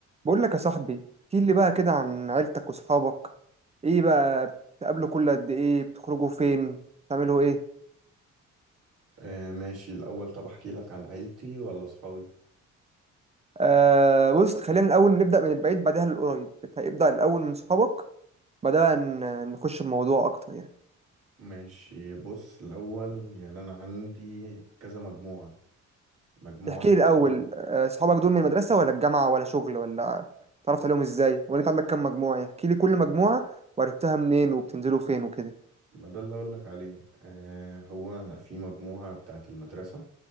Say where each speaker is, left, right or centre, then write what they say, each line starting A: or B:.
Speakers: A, on the right (about 20°); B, on the right (about 50°).
A: بقول لك يا صاحبي احكي لي بقى كده عن عيلتك واصحابك ايه بقى بتقابلوا كل قد ايه بتخرجوا فين بتعملوا ايه
B: آه ماشي الأول طب أحكي لك عن عيلتي ولا صحابي
A: آه بص خلينا الاول نبدا من البعيد بعدها للقريب ابدا الاول من صحابك بعدها ن- نخش الموضوع اكتر يعني
B: ماشي بص الأول يعني أنا عندي كذا مجموعة مجموعة
A: احكي
B: الأول
A: لي الاول آه، صحابك دول من المدرسه ولا الجامعه ولا شغل ولا تعرفت عليهم ازاي ولا انت عندك كام مجموعه يعني؟ احكي لي كل مجموعه وعرفتها منين وبتنزلوا فين وكده
B: ما ده اللي أقول لك عليه آه هو في مجموعة بتاعة المدرسة